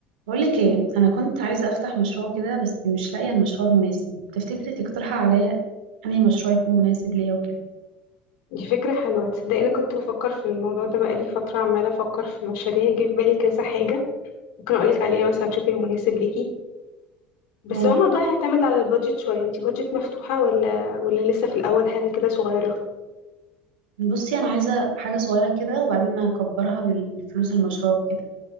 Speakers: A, on the right; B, on the left.
A: بقولك ايه انا كنت عايزه افتح مشروع كده بس مش لاقيه المشروع المناسب تفتكري تقترحي عليا انهي مشروع يكون مناسب ليا وكده
B: دي فكرة حلوة تصدقي أنا كنت بفكر في الموضوع ده بقالي فترة عمالة أفكر في مشاريع جه في بالي كذا حاجة ممكن أقولك عليها مثلا تشوفي المناسب ليكي بس
A: قولي
B: هو الموضوع يعتمد على البادجت شوية انتي بادجت مفتوحة ولا ولا لسه في الأول حاجة كده صغيرة
A: بصي انا عايزه حاجه صغيره كده وبعدين انا هكبرها بالفلوس المشروع كده